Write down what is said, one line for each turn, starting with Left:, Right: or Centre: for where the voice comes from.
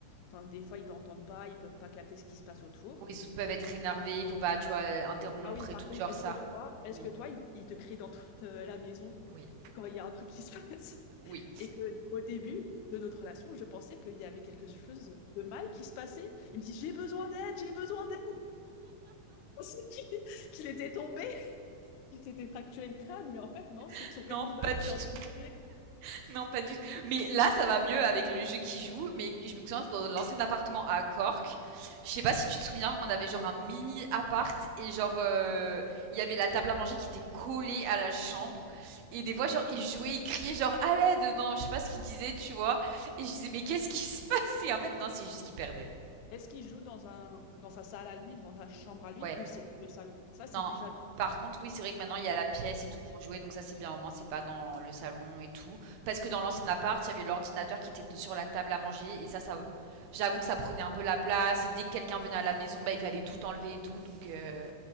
Left: Enfin, des fois, ils t'entendent pas, ils peuvent pas capter ce qui se passe autour.
Right: Où ils s- peuvent être énervés, il faut pas, tu vois, interrompre
Left: Ah oui, par
Right: et tout,
Left: contre,
Right: genre
Left: est-ce
Right: ça.
Left: que toi, est-ce
Right: Oui,
Left: que toi, ils, ils te crient dans toute euh, la maison
Right: oui,
Left: quand il y a un truc qui se <laughs> passe?
Right: oui.
Left: Et que au début de notre relation, je pensais qu'il y avait quelque chose de mal qui se passait. Il me dit, j'ai besoin d'aide, j'ai besoin d'aide. Je pensais <laughs> qu'il qu'il était tombé, qu'il s'était fracturé le crâne, mais en fait, non, c'est
Right: <laughs>
Left: que son personnage
Right: Non, pas du
Left: était en
Right: tout.
Left: train de mourir.
Right: <laughs> Non, pas du tout. Mais là, ça va mieux avec le jeu qui joue. Mais je me souviens, dans l'ancien appartement à Cork, je sais pas si tu te souviens, on avait genre un mini appart et genre, euh, il y avait la table à manger qui était collée à la chambre. Et des fois,
Left: Oui.
Right: genre, ils jouaient, ils criaient, genre, à l'aide. Non, je sais pas ce qu'ils disaient, tu vois. Et je disais, mais qu'est-ce qui se passe? Et en fait, non, c'est juste qu'ils perdaient.
Left: Est-ce qu'il joue dans un, dans sa salle à lui, dans sa chambre à lui,
Right: Ouais.
Left: ou c'est le salon? Ça,
Right: Non.
Left: c'est déjà
Right: Par contre, oui, c'est vrai que
Left: se
Right: maintenant
Left: fermer
Right: il y a
Left: la
Right: la
Left: porte.
Right: pièce et tout pour jouer, donc ça c'est bien au moins, c'est pas dans le salon et tout. Parce que dans l'ancien appart, il y avait l'ordinateur qui était de- sur la table à manger et ça, ça, j'avoue que ça prenait un peu la place. Et dès que quelqu'un venait à la maison, bah, il fallait tout enlever et tout, donc euh,